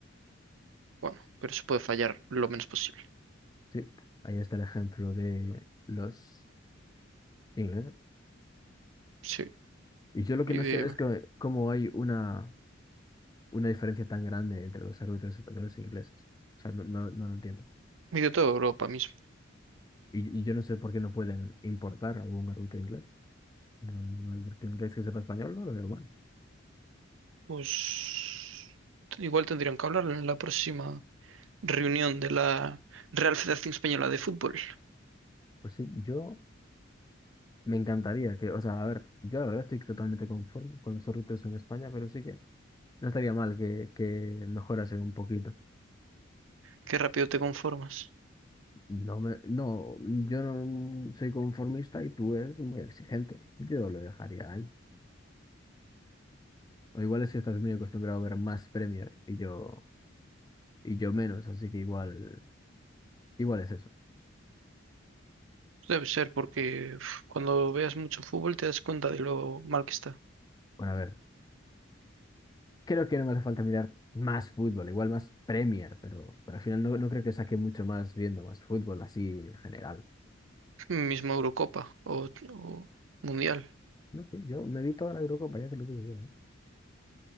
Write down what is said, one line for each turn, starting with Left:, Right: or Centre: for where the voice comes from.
Right: Bueno, pero se puede fallar lo menos posible.
Left: Sí, ahí está el ejemplo de los ingleses.
Right: Sí,
Left: Y yo lo que
Right: y
Left: no
Right: de,
Left: sé es que cómo hay una, una diferencia tan grande entre los árbitros españoles e ingleses. O sea, no, no, no lo entiendo.
Right: y de toda Europa mismo.
Left: Y, y yo no sé por qué no pueden importar algún árbitro inglés. Un un árbitro inglés que sepa español, no lo veo bueno.
Right: Pues igual tendrían que hablar en la próxima reunión de la Real Federación Española de Fútbol.
Left: Pues sí, yo Me encantaría que, o sea, a ver, yo la verdad estoy totalmente conforme con los sorteos en España, pero sí que no estaría mal que, que mejorasen un poquito.
Right: Qué rápido te conformas.
Left: No me, no, yo no soy conformista y tú eres muy exigente. Yo lo dejaría ahí. O igual es que estás muy acostumbrado a ver más Premier y yo, y yo menos, así que igual, igual es eso.
Right: Debe ser porque uf, cuando veas mucho fútbol te das cuenta de lo mal que está.
Left: Bueno, a ver, creo que no me hace falta mirar más fútbol, igual más Premier, pero, pero al final no, no creo que saque mucho más viendo más fútbol así en general.
Right: Mismo Eurocopa o, o Mundial.
Left: No sé, yo me vi toda la Eurocopa, ya te lo digo yo. ¿eh?